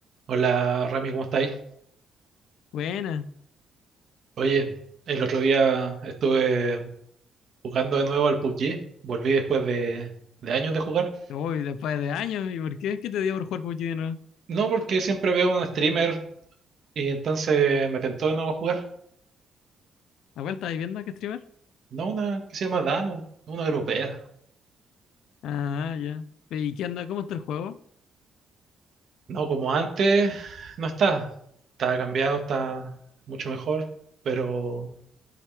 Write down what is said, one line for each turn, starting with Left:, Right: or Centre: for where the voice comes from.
Right: Hola Rami, ¿cómo estáis?
Left: Buena.
Right: Oye, el otro día estuve jugando de nuevo al PUBG. Volví después de, de años de jugar.
Left: Uy, después de años. ¿Y por qué? ¿Qué te dio por jugar PUBG de nuevo?
Right: No porque siempre veo un streamer y entonces me tentó de nuevo jugar.
Left: ¿La cual estás viendo que streamer?
Right: No una que se llama Dan, una europea.
Left: Ah, ya. ¿Y qué anda? ¿Cómo está el juego?
Right: No, como antes, no está. Está cambiado, está mucho mejor, pero